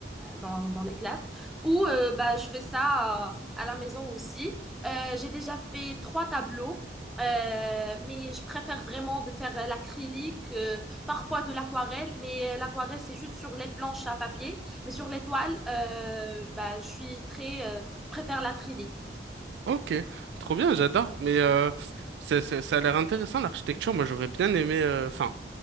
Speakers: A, in the centre; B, on the right.
A: dans, dans les classes. Ou euh, bah, je fais ça euh, à la maison aussi. Euh, j'ai déjà fait trois tableaux. euh, mais je préfère vraiment de faire euh, l'acrylique, euh, parfois de l'aquarelle, mais euh, l'aquarelle, c'est juste sur les planches à papier. Mais sur les toiles, euh, bah, je suis très, euh, je préfère l'acrylique.
B: Ok, trop bien, j'adore. Mais euh, c'est- c'est- ça a l'air intéressant, l'architecture. Moi, j'aurais bien aimé... euh, Enfin,